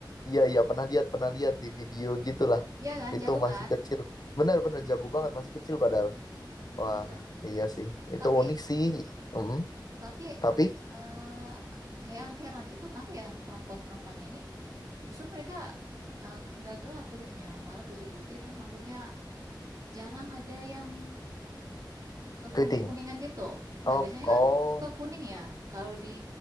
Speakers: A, on the left; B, on the right.
A: Iya iya pernah lihat pernah lihat di video gitulah.
B: Iya kan,
A: Itu
B: jago
A: masih
B: kan?
A: kecil. Benar-benar jago banget masih kecil padahal. Wah,
B: Iya.
A: iya sih. Itu
B: Tapi
A: unik sih. Mm,
B: tapi
A: tapi
B: eh yang heran itu kenapa yang perempuan-perempuannya ini justru mereka eh, nggak gelap kulitnya malah putih-putih terus rambutnya jarang ada yang kekuning-kuningan
A: keriting.
B: gitu nggak
A: Oh,
B: biasanya
A: oh,
B: kan suka kuning ya kalau di